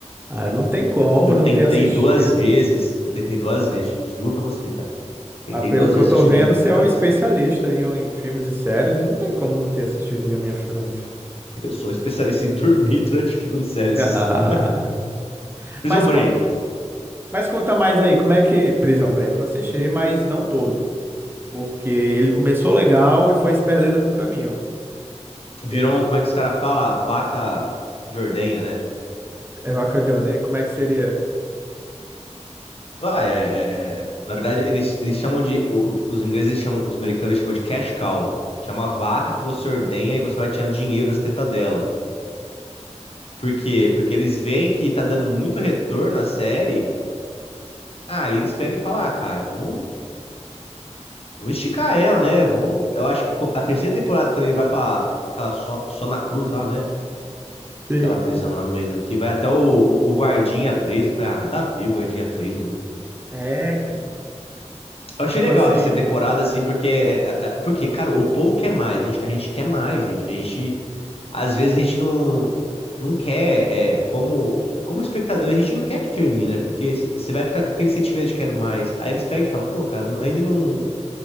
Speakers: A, on the right; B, on the left.
A: Ah, não tem como
B: Eu
A: não
B: tentei
A: ter assistido.
B: duas vezes, eu tentei duas vezes, juro pra você, cara. Tentei
A: Mas pelo
B: duas
A: que
B: vezes
A: eu tô
B: assistir
A: vendo,
B: o Game of
A: você
B: Thrones.
A: é um especialista
B: <laughs>
A: em, em filmes e séries e não tem como não ter assistido Game of Thrones.
B: Eu sou especialista em dormir <laughs> durante filme e série, isso
A: <laughs>
B: sim. <laughs> Prison
A: Mas, co-
B: Break.
A: mas conta mais aí, como é que Prison Break? Eu assisti, mas não todo. Porque ele começou legal e foi se perdendo no caminho.
B: Virou,
A: Teve
B: um- como é que os caras falam? Vaca de ordenha, né?
A: é vaca de ordem, como é que seria?
B: Ah, é, é- Na verdade, eles, eles chamam de. o- Os ingleses chamam, os americanos chamam de cash cow, que é uma vaca que você ordenha e você vai tirando dinheiro das tetas dela. Por quê? Porque eles veem que tá dando muito retorno à série. Aí eles pegam e falam, ah, cara, vamos, vamos esticar ela, né? Vamos. Eu acho que co- a terceira temporada, quando ele vai pra, pra aquela So- Sona Cruz lá, né?
A: Sei.
B: Aquela prisão lá no meio do. Que vai até o, o, o guardinha preso. Eu Falei, ah, nada a ver o guardinha preso, mano.
A: É, cara.
B: Eu achei
A: Tipo
B: legal
A: assim.
B: a terceira temporada, assim, porque, é, é, é, porque, cara, o povo quer mais, a gente, a gente quer mais, a gente, a gente- às vezes a gente não, não quer, é, como, como espectador, a gente não quer que termine, né? Porque você vai ficar com aquele sentimento de quero mais. Aí eles pegam e falam, pô, cara, não- ainda não,